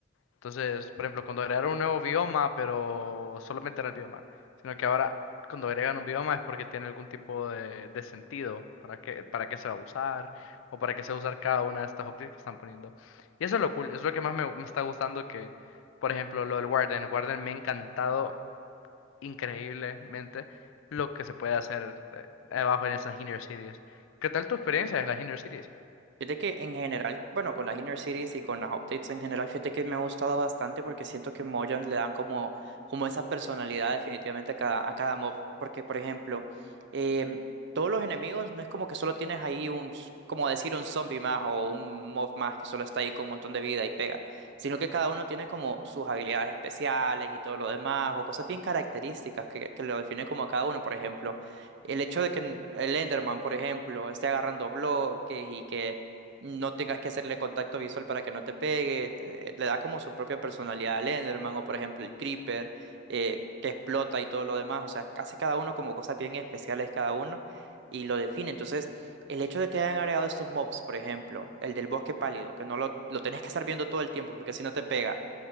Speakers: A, on the left; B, on the right.
A: Entonces, por ejemplo, cuando agregaron un nuevo bioma, pero solamente era el bioma, sino que ahora cuando agregan un bioma es porque tiene algún tipo de, de sentido para qué, para qué se va a usar o para qué se va a usar cada una de estas updates que están poniendo. Y eso es lo cool, es lo que más me, me está gustando que, por ejemplo, lo del Warden. Warden me ha encantado increíblemente lo que se puede hacer eh, abajo en esas inner cities. ¿Qué tal tu experiencia en las inner cities?
B: Fíjate que en general, bueno, con las Inner Cities y con las updates en general, fíjate que me ha gustado bastante porque siento que Mojang le dan como, como esa personalidad definitivamente a cada, a cada mob. Porque, por ejemplo, em, todos los enemigos no es como que solo tienes ahí un, s- como decir, un zombie más o un mob más que solo está ahí con un montón de vida y pega, sino que cada uno tiene como sus habilidades especiales y todo lo demás o cosas bien características que, que lo definen como a cada uno, por ejemplo. El hecho de que el Enderman, por ejemplo, esté agarrando bloques y que no tengas que hacerle contacto visual para que no te pegue, te- le da como su propia personalidad al Enderman o por ejemplo el Creeper eh, que explota y todo lo demás, o sea, hace cada uno como cosas bien especiales cada uno y lo define. Entonces, el hecho de que hayan agregado estos mobs, por ejemplo, el del bosque pálido, que no lo, lo tenés que estar viendo todo el tiempo porque si no te pega.